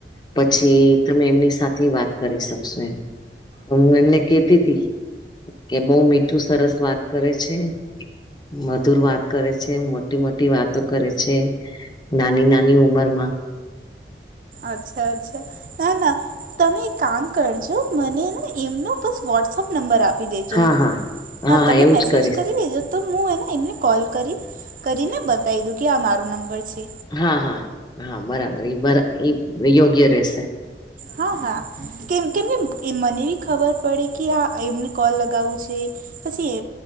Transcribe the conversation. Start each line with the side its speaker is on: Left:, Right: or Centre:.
Left: પછી તમે એમની સાથે વાત કરી શકશો એમ. તો હું એમને કેતી તી. કે બહ મીઠું સરસ વાત કરે છે મધુર વાત કરે છે. મોટી મોટી વાતો કરે છે નાની નાની ઉંમર માં.
Right: અચ્છા અચ્છા તે ના. તમે એક કામ કરજો મને ને એમનો બસ વોટ્સઅપ નંબર આપી દેજો
Left: હા હા
Right: હા તમે
Left: એવું
Right: મેસેજ
Left: જ કરીશ
Right: કરી લેજો. તો હું એને એમને કોલ કરી કરીને બતાવી દઉં કે આ મારો નંબર છે.
Left: હા હા હા હા બરાબર એ બ યોગ્ય રહેશે.
Right: હા હા કેમ કેમ કે મને બી ખબર પડે કે હા એમને કોલ લગાવવું છે. પછી